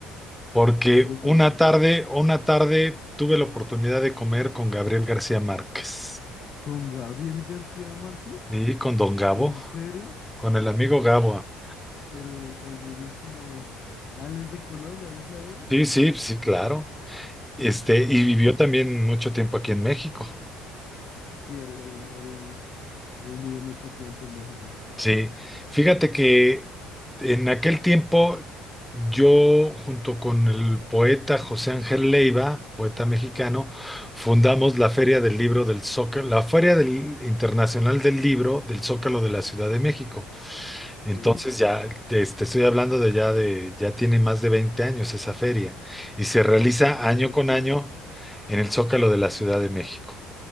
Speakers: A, in the centre; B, on the left.
A: porque
B: <laughs> eso
A: una
B: por qué?
A: tarde, una tarde tuve la oportunidad de comer con Gabriel García Márquez
B: ¿Con Gabriel García Márquez?
A: y con Don Gabo,
B: ¿En serio?
A: con el amigo Gabo.
B: El, el mismísimo Alex de Colombia, ¿sí sabías?
A: Sí, sí, sí, claro. Este, y vivió también mucho tiempo aquí en México.
B: Sí, él, él, él, él vivió mucho tiempo en México.
A: Sí, fíjate que en aquel tiempo yo junto con el poeta José Ángel Leiva, poeta mexicano, fundamos la Feria del Libro del Zócalo, la Feria del- Internacional del Libro del Zócalo de la Ciudad de México. Entonces
B: Sí,
A: ya te, te estoy hablando de ya de ya tiene más de 20 años esa feria y se realiza año
B: qué locura.
A: con año en el Zócalo de la Ciudad de México.